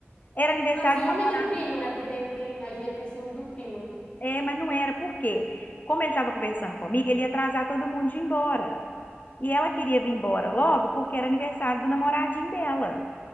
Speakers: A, on the left; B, on the left.
A: era aniversário
B: Não, ciúme
A: do namorado.
B: do primo, né? Porque tem, tem, às vezes tem ciúme do primo, né?
A: É, mas não era. Por quê? Como ele estava conversando comigo, ele ia atrasar todo mundo de ir embora. E ela queria vir embora logo porque era aniversário do namoradinho dela.